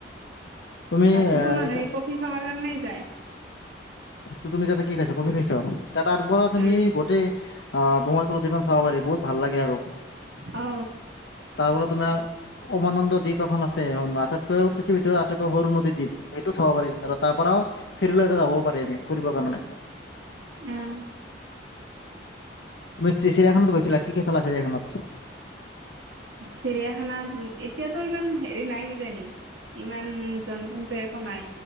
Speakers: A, on the left (about 65°); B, on the right (about 80°).
A: তুমি
B: তাতেতো মানুহে কফি খাবাৰ কাৰনে এ যায়।
A: ত তুমি তাতে কি খাইছ? কফি খাইছ তাৰ পৰা তুমি
B: উম
A: গোতেই ব্ৰহ্মপুত্ৰ নদীখন চাব পাৰি বহুত ভাল লাগে আৰু।
B: অ
A: তাৰ পৰা তোমাৰ উমানন্দ দ্বীপ এখন আছে আটাইতকৈ পৃথিৱীৰ ভিতৰত আটাইতকৈ সৰু নদী দ্বীপ সেইটো চাব পাৰি আৰু তাৰ পৰাও ফেৰি লৈ যাবও পাৰি আমি ফুৰিবৰ কাৰণে
B: উম।
A: তুমি চিৰিয়াখানাতো গৈছিলা, কি কি চালা চিৰিয়াখানাত?
B: চিৰিয়াখানাত এতিয়াতো ইমান হেৰি নাই কিজানি ইমান জন্তু-চন্তু একো নাই,